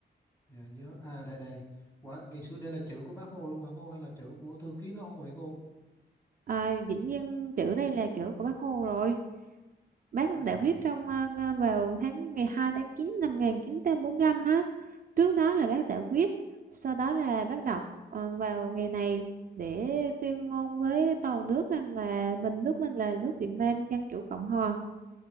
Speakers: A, on the left; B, on the right.
A: Dạ nhớ à đây đây quá ngày xưa đây là chữ của bác Hồ luôn hả cô hay là chữ của thư ký bác Hồ vậy cô
B: À, dĩ nhiên chữ này là chữ của bác Hồ rồi. Bác
A: à,
B: đã viết trong ờ, ờ, vào tháng ngày 2 tháng 9 năm 1945 á. Trước đó là bác đã viết, sau đó là bác đọc ờ, vào ngày này để tuyên ngôn với toàn nước rằng là mình nước mình là nước Việt Nam Dân chủ Cộng hòa.